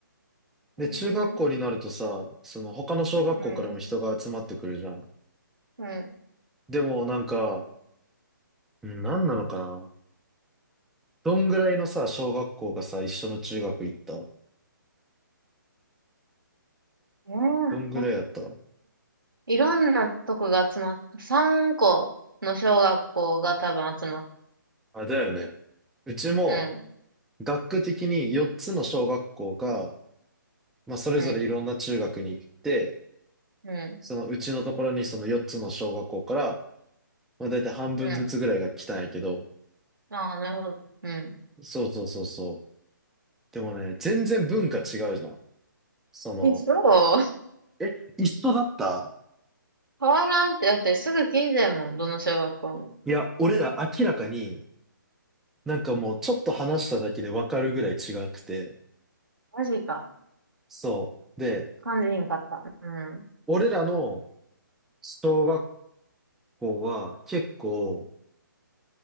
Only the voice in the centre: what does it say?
で、
中学校になるとさ、その他の小学校からも人が集まってくるじゃん。
でもなんか、うん何なのかな。どんぐらいのさ、小学校がさ、一緒の中学行った
どんぐらいやった
あ、だよね。うちも、
学区的に4つの小学校が、まあ、それぞれいろんな中学に行って、
そのうちのところにその4つの小学校から、まあ、だいたい半分ずつぐらいが来たんやけど、
そうそうそうそう。でもね、全然文化違うじゃん。その、
え、一緒だった
いや、俺ら明らかに、なんかもうちょっと話しただけでわかるぐらい違くて。
そう。で、
俺らの小学校は結構、